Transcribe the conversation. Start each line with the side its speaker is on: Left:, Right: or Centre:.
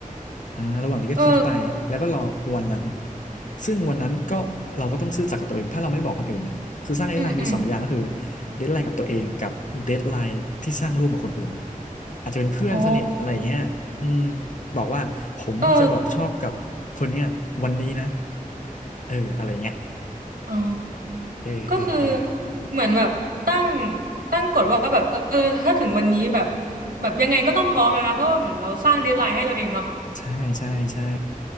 Left: อ่าระหว่างนี้ก็คิดไปแล้วก็รอวันนั้น
Right: เออ
Left: ซึ่งวันนั้นก็เราก็ต้องซื่อสัตย์กับตัวเองถ้าเราไม่บอกคนอื่นนะคือสร้างเดดไลน์มีสองอย่างก็คือ
Right: อืมอืม
Left: เดดไลน์กับตัวเองกับเดดไลน์ที่สร้างร่วมกับคนอื่นอาจจะเป็นเพื่อนสนิทอะไรอย่างเงี้ยอืม
Right: อ๋อ
Left: บอกว่าผมจะบอกชอบกับคนเนี้ยวันนี้นะ
Right: เออ
Left: เอออะไรเงี้ย
Right: อ๋อ
Left: เออเออเออ
Right: ก็คือเหมือนแบบตั้งตั้งกฎว่าแบบเออเออถ้าถึงวันนี้แบบแบบยังไงก็ต้องพร้อมแล้วนะเพราะว่าเหมือนเราสร้างเดดไลน์ให้เราเองเนาะ
Left: ใช่ใช่ใช่